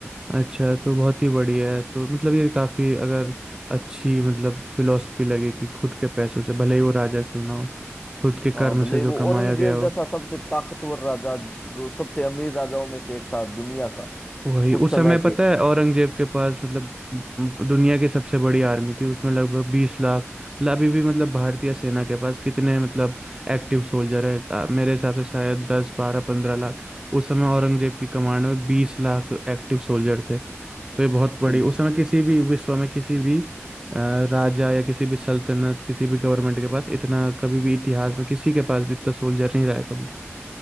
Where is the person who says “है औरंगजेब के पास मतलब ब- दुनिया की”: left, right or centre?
Right